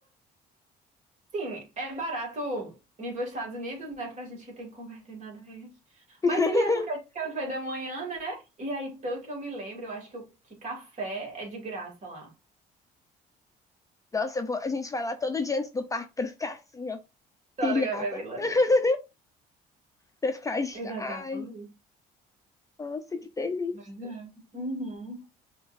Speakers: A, on the right; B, on the left.
A: Sim, é barato nível Estados Unidos, né? Pra gente que tem que converter nada a eles.
B: <laughs>
A: Mas ele é porque é de café da manhã, né? E aí, pelo que eu me lembro, eu acho que, o que café é de graça lá.
B: Nossa, eu vou- a gente vai lá todo dia antes do parque pra ficar assim, ó,
A: Só
B: pilhada.
A: no café, é bem louco.
B: <laughs> Pra ficar. agi-
A: Exatamente.
B: Ai, nossa, que delícia.
A: Pois é. Uhum.